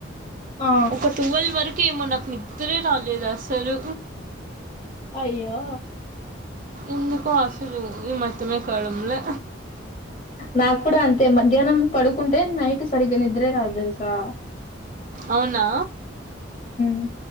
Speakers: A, on the left; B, on the right.
A: ఆ
B: ఒక టువెల్ వరకు ఏమో నాకు నిద్రే రాలేదు అసలు.
A: అయ్యో
B: ఎందుకో అసలు ఏం అర్థమే కావడంలా
A: నాకు కూడా అంతే మధ్యాహ్నం పడుకుంటే నైట్ సరిగ్గా నిద్రే రాదు తెలుసా
B: అవునా
A: మ్